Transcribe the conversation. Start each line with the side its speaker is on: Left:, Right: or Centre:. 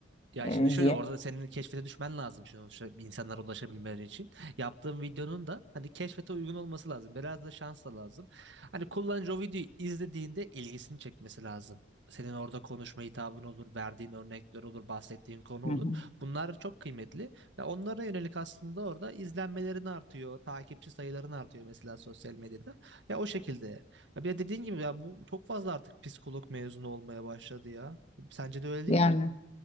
Right: Ya
Left: e,
Right: şimdi şöyle
Left: diye.
Right: orada da senin keşfete düşmen lazım şimdi sonuçta insanlara ulaşabilmeleri için. yaptığım videonun da hani keşfete uygun olması lazım. Biraz da şans da lazım. Hani kullanıcı o videoyu izlediğinde ilgisini çekmesi lazım. Senin orada konuşma hitabın olur, verdiğin örnekler olur, bahsettiğin konu olur.
Left: Hı hı.
Right: Bunlar çok kıymetli ve onlara yönelik aslında orada izlenmelerin artıyor, takipçi sayıların artıyor mesela sosyal medyada. Ya o şekilde. Ya bir de dediğin gibi ya bu çok fazla artık psikolog mezunu olmaya başladı ya. Sence de öyle değil
Left: Yani.
Right: mi?